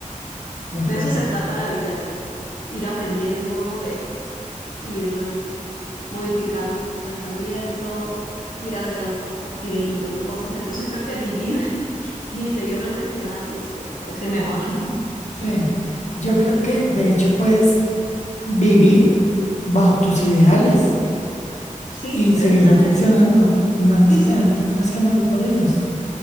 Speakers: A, on the left; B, on the left.
A: De
B: De
A: acuerdo.
B: eso se trata la vida, de ir aprendiendo, de ir modificando tu pensamiento, ir agregando cosas, ir eliminando cosas. Entonces creo que vivir <laughs> y seguir reflexionando, eso me parece mejor. <laughs>
A: Sí. Yo creo que de hecho puedes vivir bajo tus ideales
B: Sí,
A: y
B: precisamente.
A: seguir reflexionando y no necesariamente
B: Sí, sí,
A: tienes que morir por ellos.